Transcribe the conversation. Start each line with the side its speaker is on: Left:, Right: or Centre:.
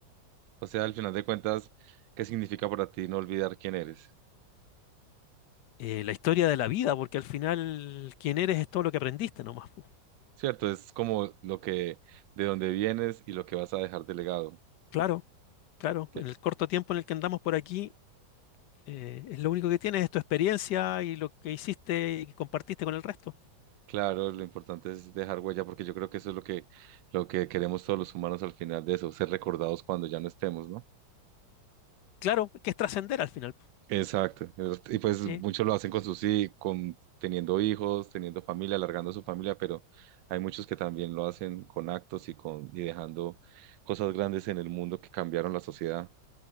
Right: O sea, al final de cuentas, ¿qué significa para ti no olvidar quién eres?
Left: eh, la historia de la vida, porque al final quién eres es todo lo que aprendiste nomás, po.
Right: Cierto, es como lo que, de dónde vienes y lo que vas a dejar de legado.
Left: Claro, claro,
Right: Que-
Left: en el corto tiempo en el que andamos por aquí. Eh, es lo único que tienes, es tu experiencia y lo que hiciste y compartiste con el resto.
Right: Claro, lo importante es dejar huella, porque yo creo que eso es lo que, lo que queremos todos los humanos al final de eso, ser recordados cuando ya no estemos, ¿no?
Left: Claro, que es trascender al final, po,
Right: Exacto. es- Y pues
Left: ¿sí?
Right: muchos lo hacen con sus hi- con teniendo hijos, teniendo familia, alargando su familia, pero hay muchos que también lo hacen con actos y con y dejando cosas grandes en el mundo que cambiaron la sociedad.